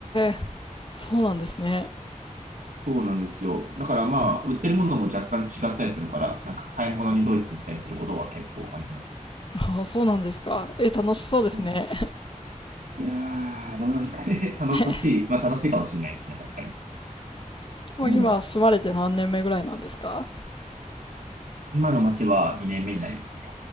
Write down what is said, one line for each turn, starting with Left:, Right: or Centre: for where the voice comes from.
Left: え、そうなんですね。
Right: そうなんですよ。だからまあ、売ってるものも若干違ったりするから、なんか買い物にドイツに行ったりすることは結構あります
Left: ああ、そうなんですか。え、楽しそうですね。
Right: ね。いやー、どうなんですかね。<laughs> 楽しい。
Left: <laughs>
Right: まあ楽しいかもしれないですね。確かに。
Left: もう今住まれて何年目ぐらいなんですか
Right: うん今の街は2年目になりますね。